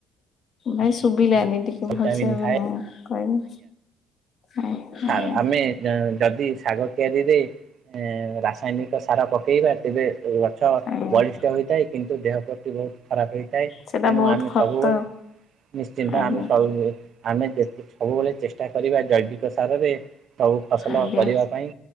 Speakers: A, on the left; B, on the right.
A: ଭାଇ ଶୁଭିଲାନି ଟିକେ
B: ଭିଟାମିନ୍
A: ଭଲସେ
B: ଥାଏ
A: ମାନେ କହିବେ। ଆଜ୍ଞା
B: ଶା ଆମେ ଯଦି ଶାଗ କିତିଆରିରେ ଏଁ ରାସାୟନିକ ସାର ପକେଇବା। ତେବେ ଗଛ
A: ଆଜ୍ଞା।
B: ବଳିଷ୍ଠ ହୋଇଥାଏ କିନ୍ତୁ ଦେହ ପ୍ରତି ବହୁତ ଖରାପ ହେଇଥାଏ
A: ସେଟା
B: ତେଣୁ
A: ବହୁତ
B: ଆମେ
A: ଖତ
B: ସବୁବେଳେ ନିଶ୍ଚିନ୍ତ
A: ଆଜ୍ଞା
B: ଆମେ ସବୁ ଆମେ ଯେତେ ସବୁବେଳେ ଚେଷ୍ଟା କରିବା ଜୈବିକ ସାରରେ ସବୁ ଫସଲ
A: ଆଜ୍ଞା।
B: କରିବା ପାଇଁ